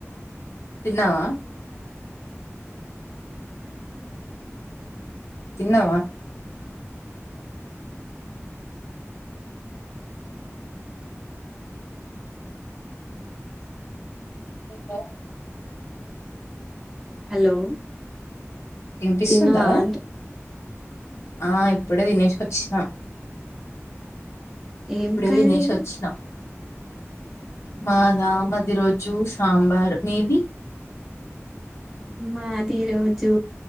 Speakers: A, on the left (about 65°); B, in the centre.
A: తిన్నావా తిన్నావా ఇంతో
B: హలో
A: వినిపిస్తుందా
B: తిన్నవా అంటున్న
A: ఆ ఇప్పుడే తినేసి వచ్చినా
B: ఏం
A: ఇప్పుడే
B: కర్రీ
A: తినేసి వచ్చిన మాదా మాది ఈ రోజు సాంబారు, మీది
B: మాదీరోజూ